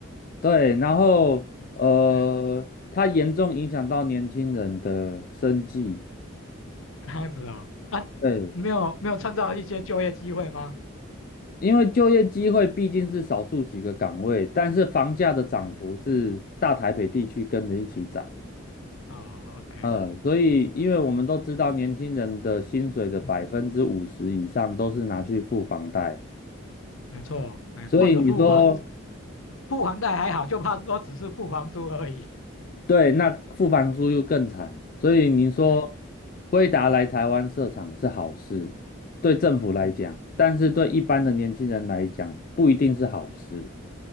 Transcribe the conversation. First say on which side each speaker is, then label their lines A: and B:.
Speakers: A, on the left (about 40°); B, on the left (about 75°).
A: 对，然后，
B: <laughs>
A: 呃，
B: 嗯，
A: 它严重影响到年轻人的生计，
B: 这样子哦，啊，
A: 对，
B: 没有没有创造一些就业机会吗？
A: 因为就业机会毕竟是少数几个岗位，但是房价的涨幅是大台北地区跟着一起涨，
B: <laughs> 嗯嗯，哦，OK，
A: 呃，所以因为我们都知道年轻人的薪水的百分之五十以上都是拿去付房贷。
B: 嗯，没错，嗯，
A: 所以你说，
B: 或者付房付房贷还好，就怕都只是付房租而已。
A: 对，那付房租又更惨，
B: <laughs> 嗯
A: 所以你说
B: 对，
A: 辉达来台湾设厂是好事，
B: 嗯
A: 对政府来讲，
B: 嗯。
A: 但是对一般的年轻人来讲不一定是好事，
B: 嗯嗯嗯，